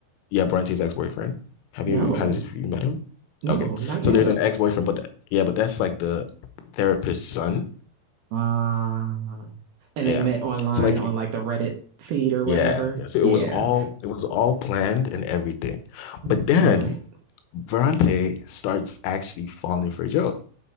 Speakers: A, on the left (about 85°); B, on the right (about 65°).
A: Yeah, Bronte's ex-boyfriend. Have
B: No,
A: you has you met him?
B: no,
A: Okay.
B: not yet.
A: So there's an ex-boyfriend, but that, yeah, but that's like the therapist's son.
B: Uh, and
A: Yeah.
B: they met online
A: So like
B: on like the Reddit feed or whatever.
A: yeah, yeah. So
B: Yeah,
A: it was all it was all planned and everything.
B: knew
A: But then
B: it.
A: Bronte starts actually falling for Joe